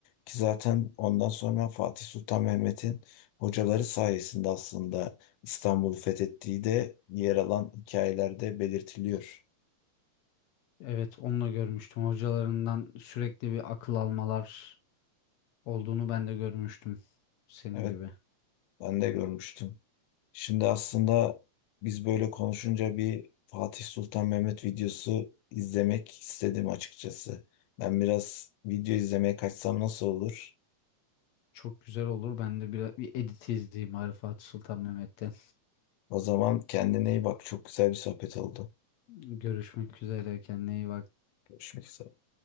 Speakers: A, on the left (about 80°); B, on the left (about 70°).
A: Ki zaten ondan sonra Fatih Sultan Mehmet'in hocaları sayesinde aslında İstanbul'u fethettiği de yer alan hikayelerde belirtiliyor.
B: Evet, onu da görmüştüm. Hocalarından sürekli bir akıl almalar olduğunu ben de görmüştüm senin
A: Evet,
B: gibi.
A: ben de görmüştüm. Şimdi aslında biz böyle konuşunca bir Fatih Sultan Mehmet videosu izlemek istedim açıkçası. Ben biraz video izlemeye kaçsam nasıl olur?
B: Çok güzel olur. Ben de bir, bir edit izleyeyim Arifat Sultan Mehmet'ten.
A: O zaman kendine iyi bak. Çok güzel bir sohbet oldu.
B: Görüşmek üzere. Kendine iyi bak.
A: Görüşmek üzere.